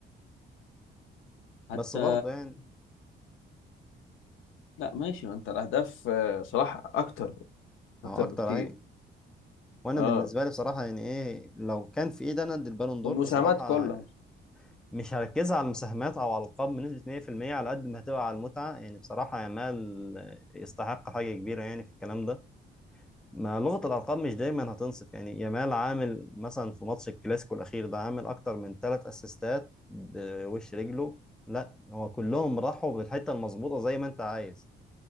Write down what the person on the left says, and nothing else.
حتى
لا ماشي ما انت الاهداف آه، صلاح اكتر
اكتر
بكتير
اه
والمساهمات
كلها